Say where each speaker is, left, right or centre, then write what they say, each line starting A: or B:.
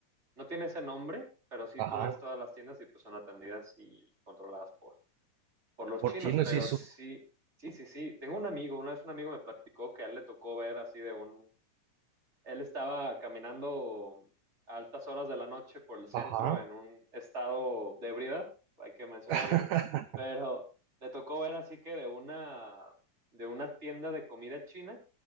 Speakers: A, on the right (about 20°); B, on the right (about 70°).
A: no tiene ese nombre, pero sí
B: ajá,
A: tú ves todas las tiendas y pues son atendidas y controladas por, por los
B: por
A: chinos,
B: chino
A: pero
B: sí su...
A: sí, sí, sí, sí. Tengo un amigo, una vez un amigo me platicó que a él le tocó ver así de un él estaba caminando a altas horas de la noche por el centro
B: Ajá,
A: en un estado de ebriedad, hay que mencionarlo,
B: <laughs>
A: pero le tocó ver así que de una, de una tienda de comida china,